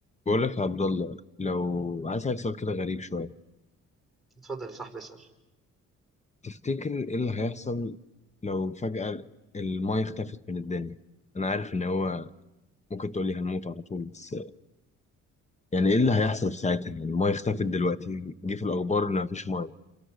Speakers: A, on the left (about 25°); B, in the centre.
A: بقول لك يا عبد الله لو عايز اسالك سؤال كده غريب شويه
B: اتفضل يا صاحبي اسأل
A: تفتكر ايه اللي هيحصل لو فجاه المايه اختفت من الدنيا انا عارف ان هو ممكن تقول لي هنموت على طول بس يعني ايه اللي هيحصل في ساعتها يعني المايه اختفت دلوقتي جه في الاخبار ان مفيش مايه